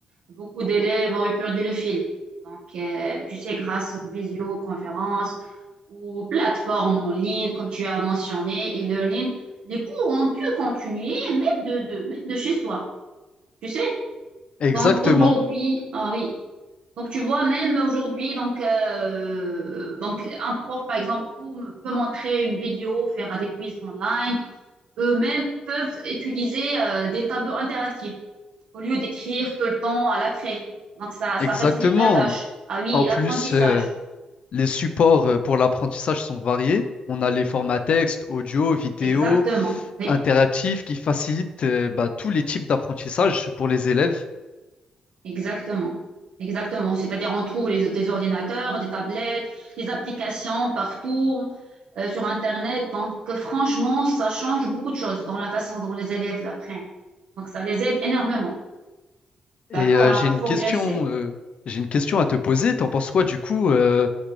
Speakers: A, on the right (about 80°); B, on the left (about 55°).
A: beaucoup d'élèves auraient perdu le fil. Donc, euh, tu sais, grâce aux visioconférences ou plateformes en ligne, comme tu as mentionné, e-learning, les cours ont pu continuer même de, de, même de chez soi, tu sais.
B: Exactement,
A: Donc, aujourd'hui, ah oui, donc, tu vois, même aujourd'hui, donc, euh, donc, un prof, par exemple, peut peut montrer une vidéo, faire des quiz online. Eux-mêmes peuvent utiliser euh, des tableaux interactifs au lieu d'écrire tout le temps à la craie. Donc, ça, ça
B: exactement.
A: facilite la tâche. Ah oui,
B: En
A: et l'apprentissage.
B: plus, euh, les supports euh, pour l'apprentissage sont variés. On a les formats texte, audio, vidéo,
A: Exactement. Oui,
B: interactifs qui facilitent euh, bah, tous les types d'apprentissage pour les élèves.
A: exactement. Exactement. C'est-à-dire, on trouve les, des ordinateurs, des tablettes, des applications partout euh, sur Internet. Donc, franchement, ça change beaucoup de choses dans la façon dont les élèves apprennent. Donc, ça les aide énormément,
B: Et
A: d'accord,
B: euh,
A: à
B: j'ai une
A: progresser.
B: question, euh, j'ai une question à te poser. T'en penses quoi du coup? euh,